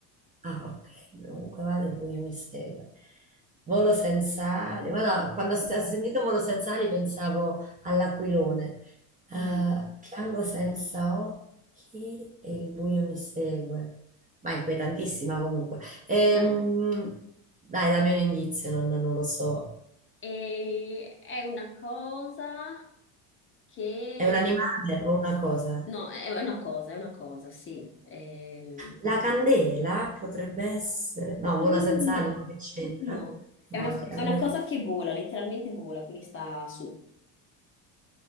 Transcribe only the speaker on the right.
Ah, ok, comunque vado, il buio mi segue. Volo senza ali. Guarda, quando ho s- ho sentito volo senza ali pensavo all'aquilone. Ah,
piango senza occhi e il buio mi segue. Ma è inquietantissima comunque. Ehm,
dai, dammi un indizio, non, non lo so.
È un animale o una cosa?
La candela potrebbe essere... No, vola
senza
ali, no, che c'entra?
No,
la candela